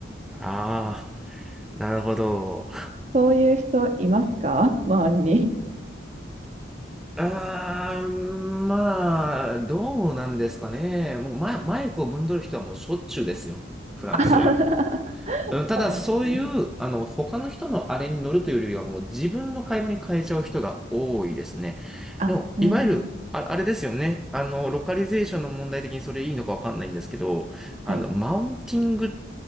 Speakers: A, in the centre; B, on the right (about 35°).
A: ああ、なるほど。
B: そういう人いますか周りに。
A: ああ、まあ、どうなんですかね。もうマイ、マイクをぶんどる人はもうしょっちゅうですよ。
B: <laughs>
A: フランスは。
B: あはは
A: うんただ、
B: そうなんですね。
A: そういう、あの、他の人のあれに乗るというよりは、もう自分の買い物に変えちゃう人が多いですね。
B: あ、
A: でも、
B: うん。
A: いわゆる、あ、あれですよね。あの、ロカリゼーションの問題的にそれいいのかわかんないんですけど、
B: はい。
A: あの、マウンティング